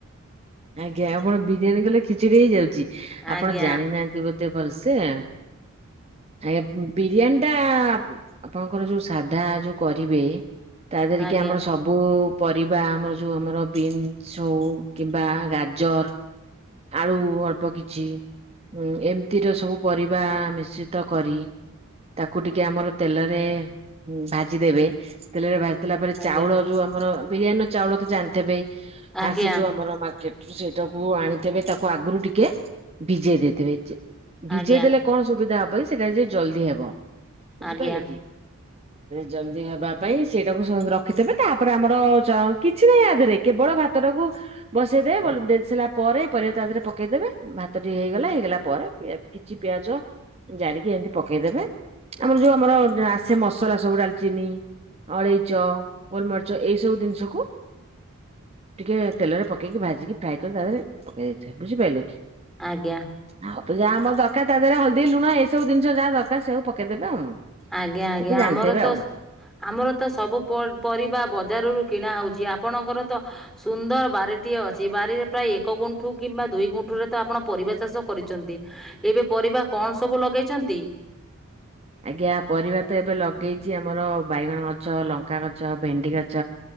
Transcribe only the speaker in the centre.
ଆଜ୍ଞା
ଆଜ୍ଞା
ଆଜ୍ଞା
ଆଜ୍ଞା
ଆଜ୍ଞା
ଆଜ୍ଞା
ଆଜ୍ଞା
ଆଜ୍ଞା ଆଜ୍ଞା
ଆମର ତ
ଆମର ତ ସବୁ ପରିବା ବଜାରରୁ କିଣା ହଉଛି ଆପଣଙ୍କର ତ ସୁନ୍ଦର ବାରିଟିଏ ଅଛି ବାରିରେ ପ୍ରାୟ ଏକ ଗୁଣ୍ଠୁ କିମ୍ବା ଦୁଇ ଗୁଣ୍ଠୁରେ ତ ଆପଣ ପରିବା ଚାଷ କରିଛନ୍ତି ଏବେ ପରିବା କଣ ସବୁ ଲଗେଇଛନ୍ତି?